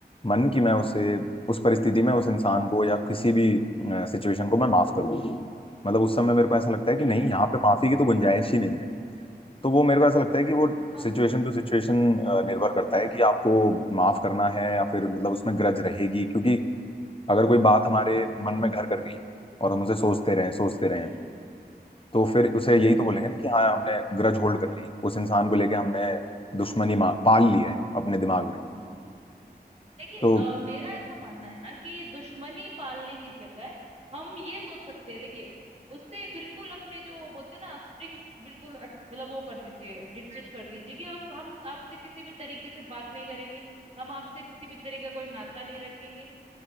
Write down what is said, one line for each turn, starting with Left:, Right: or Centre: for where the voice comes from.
Left: मन कि मैं उसे उस परिस्थिति में उस इंसान को या किसी भी सिचुएशन को मैं माफ करूं मतलब उस समय मेरे को ऐसा लगता है कि
Right: हम्म,
Left: नहीं
Right: हम्म,
Left: यहाँ पे माफी की तो गुंजाइश ही नहीं है तो वो मेरे को ऐसा लगता है कि वो
Right: हाँ
Left: सिचुएशन
Right: बिल्कुल
Left: टू सिचुएशन निर्भर करता है कि आपको माफ करना है या फिर मतलब उसमें ग्रज रहेगी क्योंकि अगर कोई बात हमारे मन में घर कर गई और हम उसे सोचते रहें सोचते रहें
Right: हम्म हम्म।
Left: तो फिर उसे यही तो बोलेंगे ना कि हाँ हमने ग्रज होल्ड कर ली उस इंसान को लेके हमने दुश्मनी मा- पाल ली है अपने दिमाग में
Right: देखिए
Left: तो
Right: अ, मेरा ऐसा मानना है ना कि दुश्मनी पालने की जगह हम ये सोच सकते हैं देखिए उससे बिल्कुल अपने जो बोलते हैं ना स्ट्रिंग्स बिल्कुल अट- मतलब वो कर दीजिए डिटैच कर दीजिए कि अब हम आपसे किसी भी तरीके से बात नहीं करेंगे हम आपसे किसी भी तरीके का कोई नाता नहीं रखेंगे